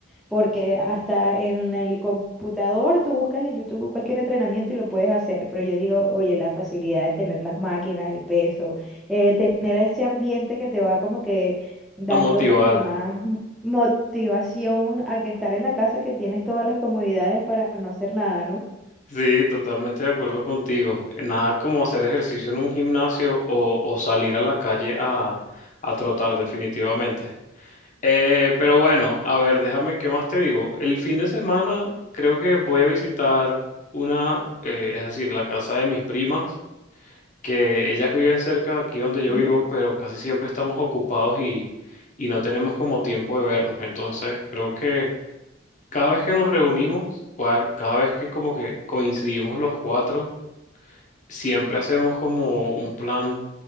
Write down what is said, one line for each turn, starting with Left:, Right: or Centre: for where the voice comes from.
Centre: porque hasta en el computador tú buscas en YouTube cualquier entrenamiento y lo puedes hacer, pero yo digo, oye, la facilidad de tener las máquinas, el peso, eh, tener ese ambiente que te va como que dando
Left: A motivar.
Centre: como que más m- motivación a que estar en la casa que tienes todas las comodidades para no hacer nada, ¿no?
Left: Sí, totalmente de acuerdo contigo. Nada como hacer ejercicio en un gimnasio o, o salir a la calle a, a trotar definitivamente. Eh, pero bueno, a ver, déjame, ¿qué más te digo? El fin de semana creo que voy a visitar una, eh, es decir, la casa de mis primas, que ellas viven cerca de aquí donde yo
Centre: Ujú.
Left: vivo, pero casi siempre estamos ocupados y, y no tenemos como tiempo de vernos. Entonces, creo que cada vez que nos reunimos, cua- cada vez que como que coincidimos los cuatro, siempre hacemos como un plan